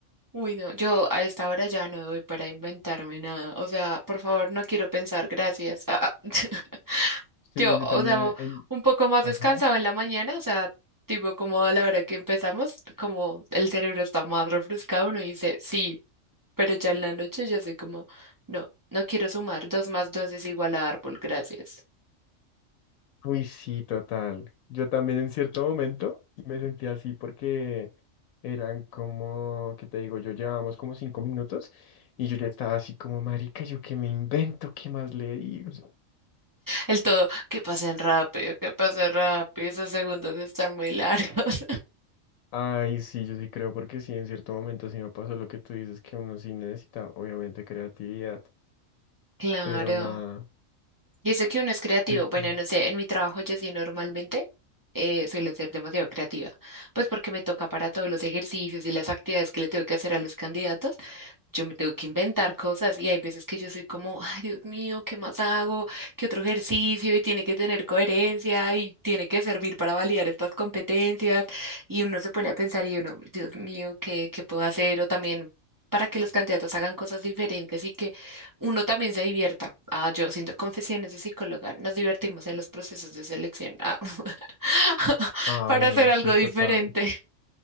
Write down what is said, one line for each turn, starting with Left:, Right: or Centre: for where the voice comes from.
Right: Uy, no, yo a esta hora ya no doy para inventarme nada. O sea, por favor, no quiero pensar, gracias. Ah, <laughs>
Left: Sí,
Right: yo,
Left: yo
Right: o
Left: también
Right: sea,
Left: en...
Right: un poco más
Left: Ajá.
Right: descansado en la mañana, o sea, tipo como a la hora que empezamos, como el cerebro está más refrescado, uno dice sí, pero ya en la noche ya soy como, no, no quiero sumar, dos más dos es igual a árbol, gracias.
Left: Uy, sí, total. Yo también en cierto momento me sentí así porque eran como, ¿qué te digo? Yo llevábamos como cinco minutos y yo ya estaba así como, marica, ¿yo qué me invento? ¿Qué más le digo?
Right: El todo, que pasen rápido, que pasen rápido, esos segundos están muy largos.
Left: Ay, sí, yo sí creo, porque sí, en cierto momento sí me pasó lo que tú dices, que uno sí necesita, obviamente, creatividad,
Right: <laughs> Claro.
Left: pero nada,
Right: Y eso que uno es creativo,
Left: pues
Right: bueno,
Left: bueno.
Right: no sé, en mi trabajo yo sí normalmente eh, suelo ser demasiado creativa, pues porque me toca para todos los ejercicios y las actividades que le tengo que hacer a los candidatos, yo me tengo que inventar cosas y hay veces que yo soy como, ay, Dios mío, ¿qué más hago? ¿Qué otro ejercicio? Y tiene que tener coherencia y tiene que servir para validar estas competencias. Y uno se pone a pensar y uno, Dios mío, ¿qué, qué puedo hacer? O también para que los candidatos hagan cosas diferentes y que uno también se divierta. Ah, yo siento confesiones de psicóloga, nos divertimos en los procesos de selección ah, <laughs>
Left: Ay,
Right: para
Left: no,
Right: hacer algo
Left: sí,
Right: diferente.
Left: total.